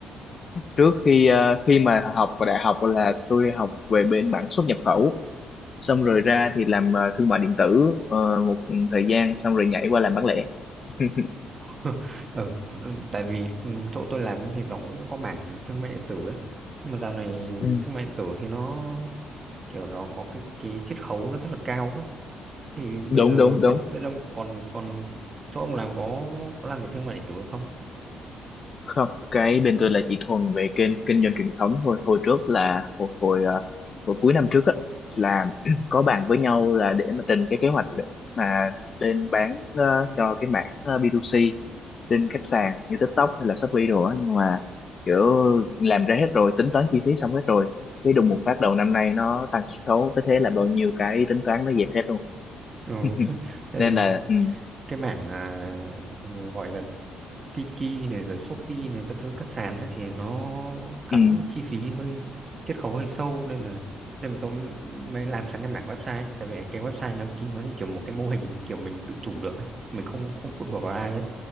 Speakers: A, on the left; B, on the right.
A: trước khi ờ, khi mà học vào đại học là tôi học về bên mảng xuất nhập khẩu xong rồi ra thì làm ờ, thương mại điện tử ờ, một thời gian xong rồi nhảy qua làm bán lẻ <laughs>
B: <laughs> ừ, t- tại vì ừ, chỗ tôi làm thì nó cũng có mảng thương mại điện tử ấy nhưng mà dạo này
A: Ừ,
B: thương mại điện tử thì nó kiểu nó có cái cái chiết khấu nó rất là cao ấy thì
A: đúng
B: bây giờ
A: đúng
B: bên
A: đúng
B: bên ông còn còn chỗ ông làm có có làm về thương mại điện tử không
A: không cái bên tôi là chỉ thuần về kênh kinh doanh truyền thống thôi hồi trước là hồi hồi, ờ, hồi cuối năm trước á là <clears throat> có bàn với nhau là để mà trình cái kế hoạch để mà lên bán ờ, cho cái mảng ờ, B2C trên các sàn như TikTok hay là Shopee đồ á nhưng mà kiểu làm ra hết rồi tính toán chi phí xong hết rồi cái đùng một phát đầu năm nay nó tăng chiết khấu cái thế là bao nhiêu cái tính toán nó dẹp hết luôn
B: ừ,
A: <laughs>
B: thế, thế
A: nên là ừ,
B: cái mảng à, gọi là Tiki này rồi Shopee này các thứ các sàn ấy, thì nó cắn
A: ừ,
B: chi phí hơi chiết khấu hơi sâu nên là nên mà tôi mới làm sang cái mảng website tại vì cái website nó chính nó như kiểu một cái mô hình kiểu mình tự chủ được ấy. mình không không phụ thuộc vào ai ấy